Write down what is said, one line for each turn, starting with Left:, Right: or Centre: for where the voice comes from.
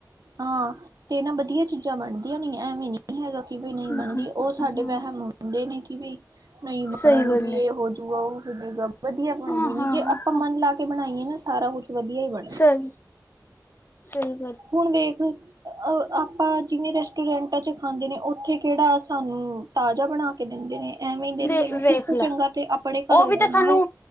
Right: ਹਾਂ ਤੇ, ਨਾ ਵਧੀਆ ਚੀਜ਼ਾਂ ਬਣਦੀਆਂ। ਵਧੀਆ ਨਹੀਂ ਐਵੇਂ ਨਹੀਂ ਹੈਗਾ ਕਿ ਬਈ ਨਹੀਂ
Left: ਹੂੰ-ਹੂੰ,
Right: ਬਣਦੀ ਉਹ ਸਾਡੇ ਵਹਿਮ ਹੁੰਦੇ ਨੇ ਕਿ ਬਈ। ਨਹੀਂ ਬਣਨਗੀ
Left: ਸਹੀ ਗੱਲ ਏ
Right: ਇਹ ਹੋਜੂਗਾ! ਉਹ ਹੋਜੂਗਾ ਵਧੀਆ ਬਣਦੀ
Left: ਹਾਂ
Right: ਨੀ,
Left: ਹਾਂ
Right: ਜੇ ਆਪਾਂ ਮਨ
Left: ਹਾਂ
Right: ਲਾ ਕੇ ਕੇ ਬਣਾਈਏ ਨਾ ਸਾਰਾ ਕੁਛ ਵਧੀਆ ਹੀ ਬਣੂ।
Left: ਸਹੀ -ਸਹੀ ਗੱਲ ਹੈ।
Right: ਹੁਣ ਵੇਖ, ਆਪਾਂ ਜਿਵੇਂ ਰੈਸਟੋਰੈਂਟਾਂ ਚ, ਖਾਂਦੇ ਨੇ ਉੱਥੇ ਕਿਹੜਾ ਸਾਨੂੰ ਤਾਜ਼ਾ ਬਣਾ ਕੇ, ਦਿੰਦੇ ਨੇ ਐਵੇਂ ਹੀ ਦਿੰਦੇ
Left: ਦੇ
Right: ਨੇ,
Left: ਵੇਖ
Right: ਇਸ ਤੋਂ
Left: ਲੈ
Right: ਚੰਗਾ ਤੇ, ਆਪਣੇ ਘਰੋਂ
Left: ਉਹ ਵੀ
Right: ਬਣਾਓ।
Left: ਤਾਂ ਸਾਨੂੰ